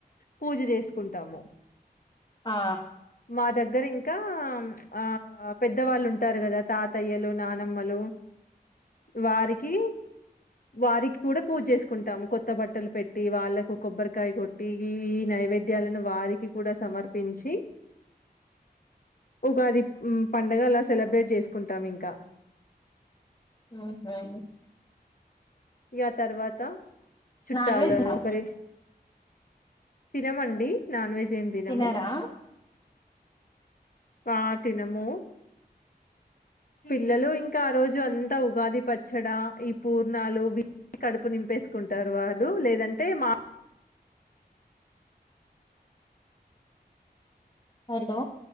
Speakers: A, on the left (about 60°); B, on the left (about 30°).
A: పూజ చేసుకుంటాము
B: ఆ
A: మా దగ్గర ఇంకా హ్మ్ ఆ పెద్దవాళ్ళుంట ఉంటారు కదా తాతయ్యలు నానమ్మలు వారికి వారికి కూడా పూజ చేసుకుంటాము కొత్త బట్టలు పెట్టి వాళ్ళకు కొబ్బరికాయ కొట్టి ఈ ఈ నైవేద్యాలను వారికి కూడా సమర్పించి ఉగాది పండగలా సెలబ్రేట్ చేసుకుంటాం ఇంకా
B: మ్మ్ హ్మ్
A: ఇగ తర్వాత చుట్టాల
B: నాన్ వెజ్
A: ఒకరి తినమండి నాన్ వెజ్ ఏమి తినము.
B: తినరా
A: పా తినము పిల్లలు ఇంకా ఆ రోజు అంతా ఉగాది పచ్చడా ఈ పూ నాలు వీ <unintelligible> కడుపు నింపేసు కుంటారు వాళ్ళు లేదంటే మా
B: హలో